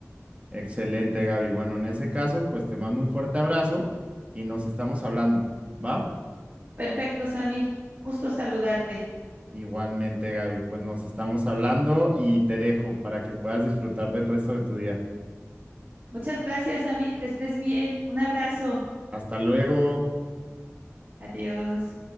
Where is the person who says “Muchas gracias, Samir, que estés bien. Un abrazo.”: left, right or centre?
Right